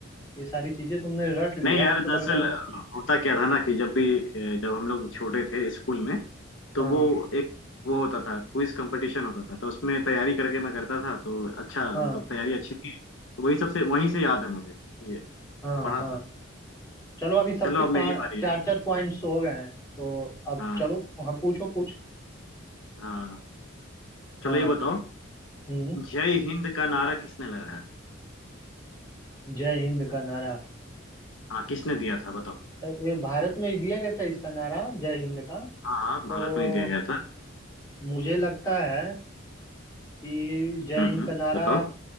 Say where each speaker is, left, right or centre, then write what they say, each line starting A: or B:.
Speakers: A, on the left (about 15°); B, on the left (about 70°).
A: ये सारी चीजें तुमने रट लिया
B: नहीं यार
A: है हमको
B: दरअसल
A: लग रहा
B: अ, होता क्या था ना कि जब भी अ, जब हम लोग छोटे थे स्कूल में तो
A: है
B: वो एक वो होता था क्विज कंपटीशन होता था तो उसमें तैयारी करके मैं करता था तो अच्छा
A: हाँ
B: मतलब तैयारी अच्छी थी तो वही सबसे वहीं से याद है मुझे ये
A: हाँ
B: पढ़ा
A: हाँ
B: था
A: चलो अभी सबके
B: चलो अब
A: पाँच
B: मेरी बारी
A: चार
B: है
A: चार पॉइंट्स हो गए हैं तो अब
B: हाँ
A: चलो हम पूछो कुछ
B: हाँ
A: हाँ
B: चलो ये बताओ
A: हम्म
B: जय हिंद का नारा किसने लगाया
A: जय हिंद का नारा
B: हाँ किसने दिया था बताओ
A: अ, ये भारत में ही दिया गया था इसका नारा जय हिंद का
B: हाँ हाँ भारत
A: तो
B: में ही दिया गया था
A: मुझे लगता है कि जय
B: हम्म
A: हिंद
B: हम्म
A: का नारा
B: बताओ